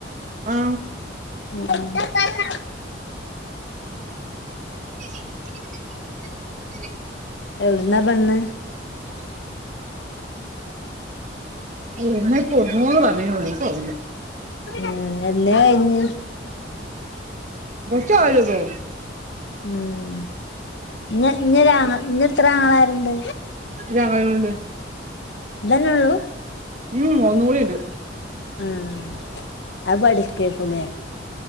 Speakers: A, on the right; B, on the left.
A: ആ
B: <unintelligible>
A: <inaudible>
B: എവിടുന്നാ പെണ്ണ്
A: <inaudible> എന്നേ പൊന്നോ പറഞ്ഞോളൂ എനിക്ക് ഓർമയില്ല
B: ഉം എന്നേ കഴിഞ്ഞ്
A: കുറച്ച് ആയില്ലപ്പം
B: ഉം ഇ ഇഞ്ഞൊരു ഇഞ്ഞ് എത്ര ആങ്ങളര്ണ്ട്
A: ഞങ്ങളുണ്ട്
B: ഇതന്നെള്ളൂ
A: ഉം ഒന്ന്കൂടിണ്ട്
B: ആഹ അപടികേക്കുല്ലേ